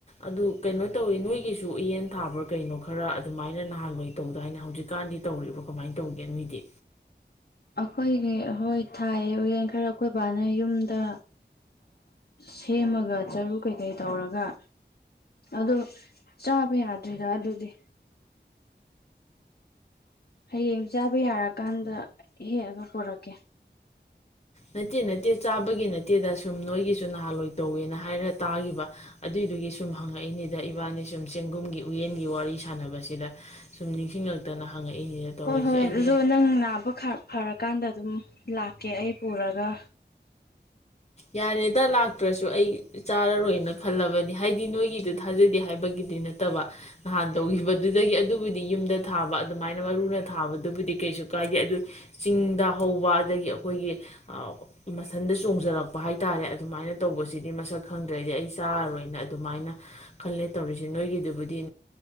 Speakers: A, on the left; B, on the left.
A: ꯑꯗꯨ ꯀꯩꯅꯣ ꯇꯧꯋꯤ ꯅꯣꯏꯒꯤꯁꯨ ꯎꯌꯦꯟ ꯊꯥꯕ꯭ꯔꯥ ꯀꯩꯅꯣ ꯈꯔ ꯑꯗꯨꯃꯥꯏꯅ ꯅꯍꯥꯟꯋꯥꯏ ꯇꯧꯗ ꯍꯥꯏꯅꯦ ꯍꯧꯖꯤꯛꯀꯥꯟꯗꯤ ꯇꯧꯔꯤꯕ ꯀꯃꯥꯏꯅ ꯇꯧꯒꯦ ꯅꯣꯏꯗꯤ
B: ꯑꯩꯈꯣꯏꯒꯤ ꯍꯣꯏ ꯊꯥꯏ ꯎꯌꯦꯟ ꯈꯔ ꯑꯩꯈꯣꯏ ꯕꯥꯅ ꯌꯨꯝꯗ ꯁꯦꯝꯃꯒ ꯆꯔꯨ ꯀꯩꯀꯩ ꯇꯧꯔꯒ ꯑ ꯆꯥꯕ ꯌꯥꯗ꯭ꯔꯤꯗ ꯑꯗꯨꯗꯤ ꯍꯌꯦꯡ ꯆꯥꯕ ꯌꯥꯔꯀꯥꯟꯗ ꯍꯦꯛꯑꯒ ꯄꯨꯔꯛꯀꯦ
A: ꯅꯠꯇꯦ ꯅꯠꯇꯦ ꯆꯥꯕꯒꯤ ꯅꯠꯇꯦꯗ ꯁꯨꯝ ꯅꯣꯏꯒꯤꯁꯨ ꯅꯍꯥꯟꯋꯥꯏ ꯇꯧꯋꯦꯅ ꯍꯥꯏꯔ ꯇꯥꯈꯤꯕ ꯑꯗꯨꯏꯗꯨꯒꯤ ꯁꯨꯝ ꯍꯪꯉꯛꯏꯅꯤꯗ ꯏꯕꯥꯅꯤ ꯁꯨꯝ ꯆꯦꯡꯒꯨꯝꯒꯤ ꯎꯌꯦꯟꯒꯤ ꯋꯥꯔꯤ ꯁꯥꯟꯅꯕꯁꯤꯗ ꯁꯨꯝ ꯅꯤꯡꯁꯤꯡꯉꯛꯇꯅ ꯍꯪꯉꯛꯏꯅꯤꯗ ꯇꯧꯔꯤꯁꯦ
B: ꯍꯣꯏ ꯍꯣꯏ
A: ꯑꯩꯗꯤ
B: ꯑꯗꯣ ꯅꯪ ꯅꯥꯕ ꯐꯔꯀꯥꯟꯗ ꯑꯗꯨꯝ ꯂꯥꯛꯀꯦ ꯑꯩ ꯄꯨꯔꯒ
A: ꯌꯥꯔꯦꯗ ꯂꯥꯛꯇ꯭ꯔꯁꯨ ꯑꯩ ꯆꯥꯔꯔꯣꯏꯅ ꯈꯜꯂꯕꯅꯤ ꯍꯥꯏꯗꯤ ꯅꯣꯏꯒꯤꯗꯨ ꯊꯥꯖꯗꯦ ꯍꯥꯏꯕꯒꯤꯗꯤ ꯅꯠꯇꯕ ꯅꯍꯥꯟ ꯇꯧꯈꯤꯕꯗꯨꯗꯒꯤ ꯑꯗꯨꯕꯨꯗꯤ ꯌꯨꯝꯗ ꯊꯥꯕ ꯑꯗꯨꯃꯥꯏꯅ ꯃꯔꯨꯅ ꯊꯥꯕꯗꯨꯕꯨꯗꯤ ꯀꯩꯁꯨ ꯀꯥꯏꯗꯦ ꯑꯗꯨ ꯆꯤꯡꯗ ꯍꯧꯕ ꯑꯗꯒꯤ ꯑꯩꯈꯣꯏꯒꯤ ꯃꯁꯟꯗ ꯆꯣꯡꯖꯔꯛꯄ ꯄ ꯍꯥꯏꯇꯥꯔꯦ ꯑꯗꯨꯃꯥꯏꯅ ꯇꯧꯕꯁꯤꯗꯤ ꯃꯁꯛ ꯈꯪꯗ꯭ꯔꯦꯗꯤ ꯑꯩ ꯆꯥꯔꯔꯣꯏꯅ ꯑꯗꯨꯃꯥꯏꯅ ꯈꯜꯂꯦ ꯇꯧꯔꯤꯁꯦ ꯅꯣꯏꯒꯤꯗꯨꯕꯨꯗꯤ